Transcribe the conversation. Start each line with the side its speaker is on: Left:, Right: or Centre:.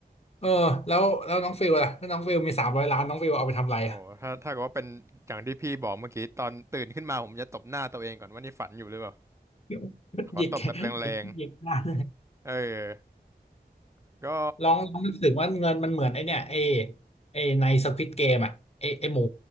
Left: เออแล้วแล้วน้องฟิลล่ะถ้าน้องฟิลมีสามร้อยล้านน้องฟิลเอาไปทำอะไรอะ
Right: โอ้โหถ้าถ้าเกิดว่าเป็นอย่างที่พี่บอกเมื่อกี้ตอนตื่นขึ้นมาผมจะตบหน้าตัวเองก่อนว่านี่ฝันอยู่หรือเปล่า
Left: <laughs>
Right: ขอตบแบบแรง
Left: หยิกหยิกหยิกล้าน
Right: ๆเออก็
Left: ลองลองนึกถึงว่าเงินมันเหมือนไอเนี่ยไอไอในสควิดเกมอ่ะไอไอหมู